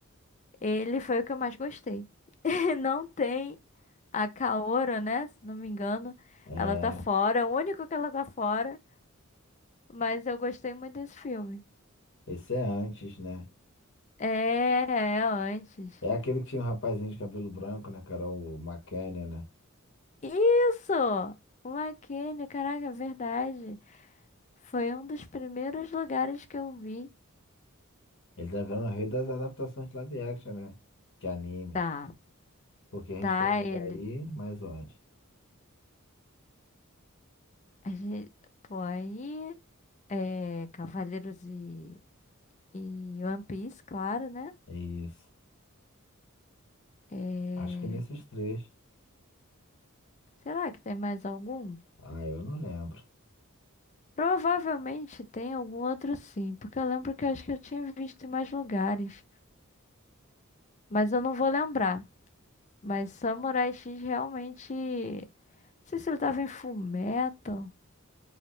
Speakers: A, on the left; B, on the left.
A: Ele foi o que eu mais gostei. <laughs> Não tem A Kaora, né? Se não me engano,
B: É.
A: ela tá fora. É o único que ela tá fora. Mas eu gostei muito desse filme.
B: Esse é antes, né?
A: É, é antes.
B: É aquele que tinha um rapazinho de cabelo branco, né, Que era O McKenna, né?
A: Isso! O McKinney, caraca, é verdade. Foi um dos primeiros lugares que eu vi.
B: Ele tá virando o rei das adaptações de live action, né? De anime.
A: Tá,
B: Porque a gente
A: tá,
B: tem ele
A: ele.
B: aí, mas onde?
A: A gente, pô, aí. É, Cavaleiros e, e One Piece, claro, né?
B: É isso.
A: É,
B: Acho que nesses três.
A: será que tem mais algum?
B: Ah, eu não lembro.
A: Provavelmente tem algum outro sim, porque eu lembro que eu acho que eu tinha visto em mais lugares, mas eu não vou lembrar. Mas Samurai X realmente. Não sei se ele tava em Fullmetal.